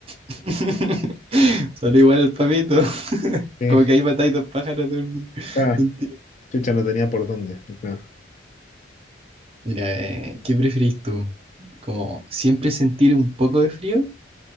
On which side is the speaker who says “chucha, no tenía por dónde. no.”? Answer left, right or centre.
Left